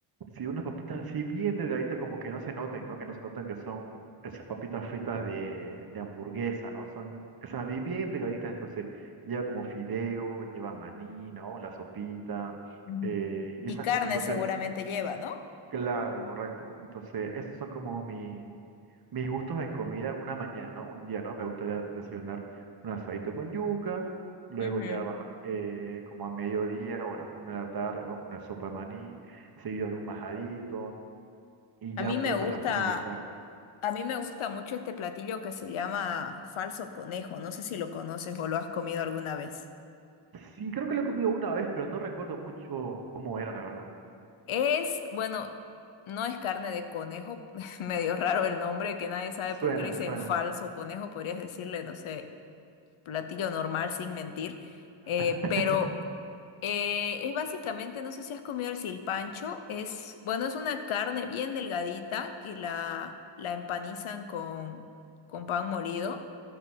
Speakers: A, on the right; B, on the left.
A: Sí, unas papitas así bien delgaditas, como que no se noten, ¿no? Que no se noten que son esas papitas fritas de, de hamburguesa, ¿no? Son esas bi- bien delgaditas, entonces lleva como fideo, lleva maní, ¿no? La sopita
B: Ujú.
A: eh, y
B: Y
A: esas
B: carne
A: cosas. Entonces.
B: seguramente lleva, ¿no?
A: Claro, correcto. Entonces, esos son como mi, mis gustos en comida una mañana, ¿no? Un día, ¿no? Me gustaría desayunar un asadito con yuca, luego
B: Ujú.
A: ya va eh, como a mediodía o a las una de la tarde, ¿no? Una sopa de maní, seguido de un majadito, y
B: A
A: ya
B: mí
A: pues
B: me gusta.
A: para finalizar.
B: A mí me gusta mucho este platillo que se llama falso conejo. No sé si lo conoces o lo has comido alguna vez.
A: Sí, creo que lo he comido una vez, pero no recuerdo mucho cómo era, la verdad.
B: Es, bueno, no es carne de conejo, <laughs> medio raro el nombre, que nadie sabe
A: Suena,
B: por qué le dicen
A: suena.
B: falso conejo. Podrías decirle, no sé, platillo normal sin mentir. Eh,
A: <laughs>
B: pero eh, es básicamente, no sé si has comido el silpancho. Es, bueno, es una carne bien delgadita que la, la empanizan con, con pan molido.